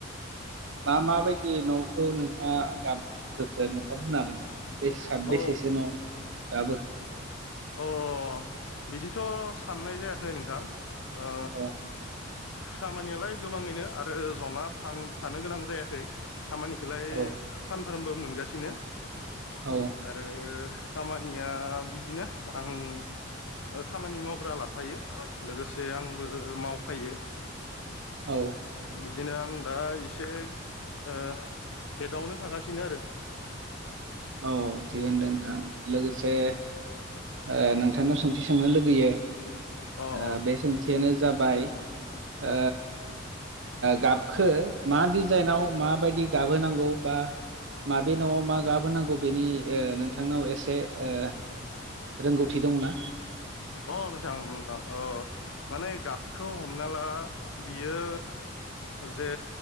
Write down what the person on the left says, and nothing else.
अ
अ बिदिथ' साननाय जायाखै नोंथां। ओ
खामानियालाय गोबांङैनो आरो जना थां थानो गोनां जायाखै। खामानिखौलाय
सानफ्रोमबो मोनगासिनो
आरो खामानिया बिदिनो आं खामानि मावग्रा लाफायो लोगोसे आंबो मावफायो बि
बिदिनो आं दा एसे ओ हेदआवनो थागासिनो आरो।
अ अ
अ
अ नोंथां नोंथां अ माने गाबखौ हमना ला बियो जे